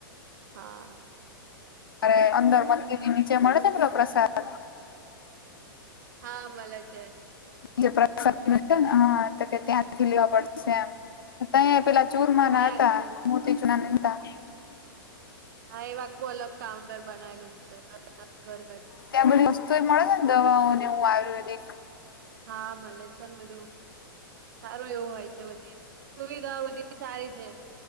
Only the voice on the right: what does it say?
હા
હા મળે છે.
હા
એ
આખું
હા એવા આખું અલગ કાઉન્ટર બનાયલું પ્રસાદ ઘર
હા મળે છે બધું. સારું એવું આયુ છે બધી સુવિધા બધી સારી છે.